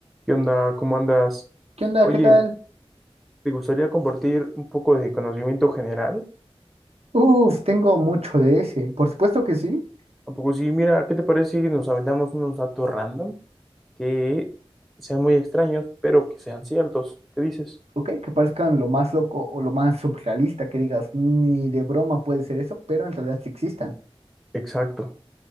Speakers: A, in the centre; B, on the right.
A: ¿Qué onda? ¿Cómo andas?
B: ¿Qué onda?
A: Oye,
B: ¿Qué tal?
A: ¿te gustaría compartir un poco de conocimiento general?
B: Uf, tengo mucho de ese. Por supuesto que sí.
A: ¿A poco sí? Mira, ¿qué te parece si nos aventamos unos datos random que sean muy extraños, pero que sean ciertos? ¿Qué dices?
B: Ok, que parezcan lo más loco o lo más surrealista que digas, ni de broma puede ser eso, pero en realidad sí existan.
A: Exacto.